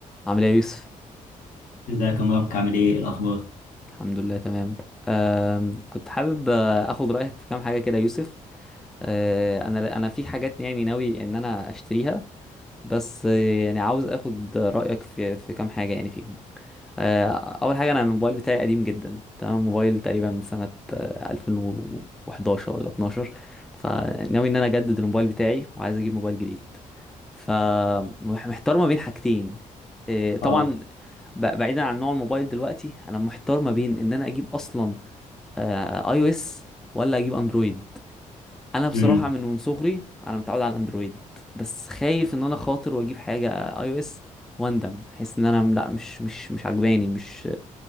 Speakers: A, in the centre; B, on the left.
A: عامل ايه يا يوسف
B: ازيك يا مبارك عامل ايه إيه الاخبار
A: الحمد لله تمام أم كنت حابب آه، اخد رايك في كام حاجه كده يا يوسف أه انا انا في حاجات يعني ناوي ان انا اشتريها بس آه، يعني عاوز اخد رايك في في كام حاجه يعني فيهم أه اول حاجه انا الموبايل بتاعي قديم جدا تمام موبايل تقريبا من سنه آه، 2011 ولا 12 فناوي ان انا اجدد الموبايل بتاعي وعايز اجيب موبايل جديد فمحتار ما بين حاجتين إيه، طبعا
B: اه
A: ب- بعيدا عن نوع الموبايل دلوقتي انا محتار ما بين ان انا اجيب اصلا اي او اس ولا اجيب اندرويد انا بصراحه
B: امم
A: من من صغري انا متعود على الاندرويد بس خايف ان انا خاطر واجيب حاجه اي او اس واندم احس ان انا لا مش مش مش عجباني مش